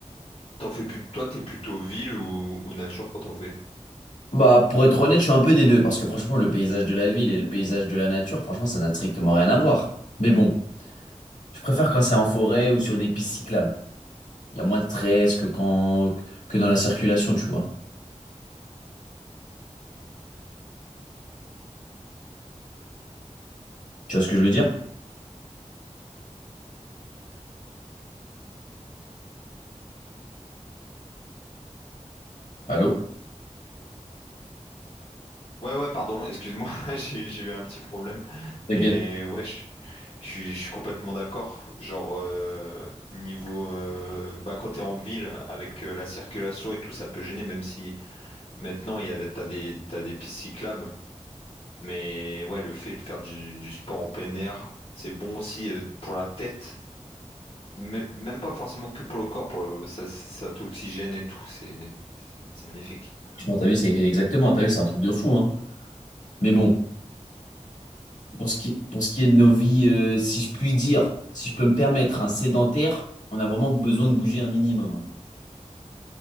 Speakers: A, on the left; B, on the left.
A: T'en fais plus, toi, t'es plutôt ville ou, ou nature quand t'en fais?
B: Bah, pour être honnête, je suis un peu des deux, parce que franchement, le paysage de la ville et le paysage de la nature, franchement, ça n'a strictement rien à voir. Mais bon, je préfère quand c'est en forêt ou sur des pistes cyclables. Il y a moins de stress que quand, que dans la circulation, tu vois. Tu vois ce que je veux dire? Allô?
A: Ouais, ouais, pardon, excuse-moi, <laughs> j'ai j'ai eu un petit problème.
B: T'inquiète,
A: Mais ouais, je, je suis je suis complètement d'accord. Genre, euh, niveau, euh, bah, quand t'es en ville, avec euh, la circulation et tout, ça peut gêner, même si maintenant, il y a, des- t'as des, t'as des pistes cyclables. Mais ouais, le fait de faire du, du sport en plein air, c'est bon aussi euh, pour la tête, mais même pas forcément que pour le corps, pour le, ça, ça t'oxygène et tout, c'est c'est- c'est magnifique.
B: franchement, t'as vu, c'est exactement, t'as vu, c'est un truc de fou, hein. Mais bon, pour ce qui, pour ce qui est de nos vies, euh, si je puis dire, si je peux me permettre, un sédentaire, on a vraiment besoin de bouger un minimum. hein.